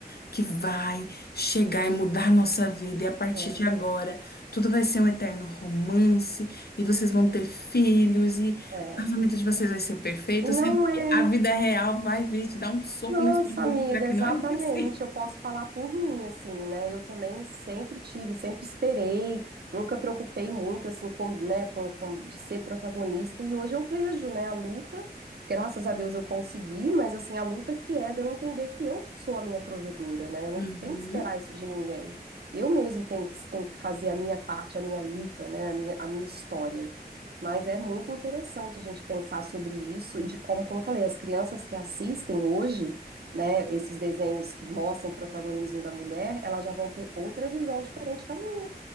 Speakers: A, on the left; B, on the right.
A: que vai chegar e mudar a nossa vida, e a partir
B: É,
A: de agora tudo vai ser um eterno romance, e vocês vão ter filhos, e
B: é.
A: o casamento de vocês vai ser perfeito,
B: E não
A: sendo que
B: é.
A: a vida real vai vir te dar um soco
B: Nossa,
A: no estômago
B: amiga,
A: e mostrar que
B: exatamente.
A: não é bem assim.
B: Eu posso falar por mim, assim, né? Eu também sempre tive, sempre esperei, nunca preocupei muito, assim, com, né, com, com- de ser protagonista. E hoje eu vejo, né, a luta. Graças a Deus eu consegui, mas, assim, a luta que é de eu entender que eu sou a minha provedora, né? Eu não
A: Uhum.
B: tenho que esperar isso de ninguém. Eu mesmo tenho que, tenho que fazer a minha parte, a minha luta, né? A minha, a minha história. Mas é muito interessante a gente pensar sobre isso e de como, como eu falei, as crianças que assistem hoje né, esses desenhos que mostram o protagonismo da mulher, elas já vão ter outra visão diferente da minha.